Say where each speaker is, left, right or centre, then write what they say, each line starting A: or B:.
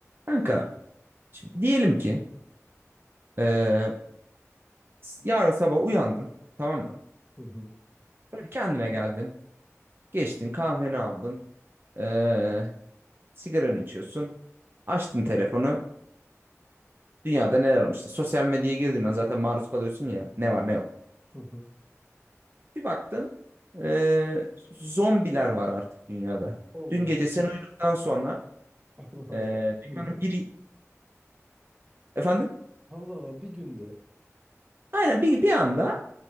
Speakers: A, on the right; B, on the right.
A: Kanka şimdi diyelim ki eee, yarın sabah uyandın tamam mı?
B: Hı hı.
A: Böyle bir kendine geldin. Geçtin kahveni aldın. eee sigaranı içiyorsun. Açtın telefonu. Dünyada neler olmuş? İşte sosyal medyaya girdiğin an zaten maruz kalıyorsun ya. Ne var ne yok.
B: Hı hı.
A: Bir baktın eee, zombiler var artık dünyada.
B: Allah
A: Dün gece sen uyuduktan sonra
B: Allah <laughs> Allah.
A: eee dünyanın
B: Bugün de.
A: bir... Efendim?
B: Allah Allah bir günde.
A: Aynen bir, bir anda